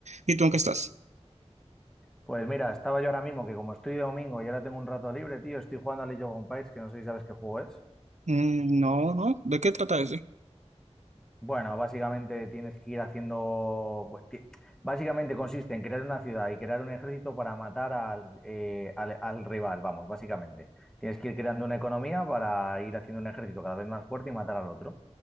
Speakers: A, on the right; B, in the centre.
A: ¿Y tú en qué estás?
B: Pues mira, estaba yo ahora mismo, que como estoy de domingo y ahora tengo un rato libre, tío, estoy jugando a League of Empires, que no sé si sabes qué juego es.
A: Mm, no, no. ¿De qué trata eso?
B: Bueno, básicamente tienes que ir haciendo... bu- ti- Básicamente consiste en crear una ciudad y crear un ejército para matar al, eh, al- al rival, vamos, básicamente. Tienes que ir creando una economía para ir haciendo un ejército cada vez más fuerte y matar al otro.